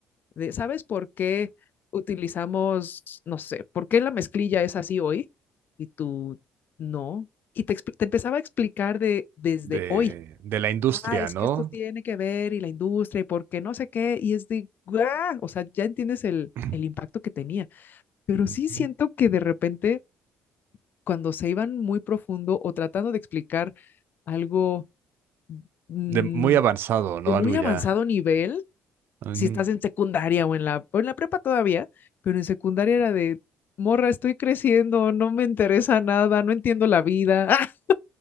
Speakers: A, on the left (about 55°); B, on the right (about 70°).
A: De, ¿Sabes por qué utilizamos, no sé, por qué la mezclilla es así hoy? Y tú, no. Y te, expli- te empezaba a explicar de desde
B: de,
A: hoy,
B: de la industria,
A: ah, es
B: ¿no?
A: que esto tiene que ver y la industria y por qué no sé qué, y es de, ¡guau! O sea, ya entiendes el,
B: <laughs>
A: el impacto
B: <clears throat>
A: que tenía, pero
B: Ujú.
A: sí siento que de repente cuando se iban muy profundo o tratando de explicar algo mm,
B: De muy avanzado, ¿no?
A: de muy
B: Algo ya.
A: avanzado nivel,
B: ujú.
A: si estás en secundaria o en la, o en la prepa todavía, pero en secundaria era de, morra, estoy creciendo, no me interesa nada, no entiendo la vida, <laughs>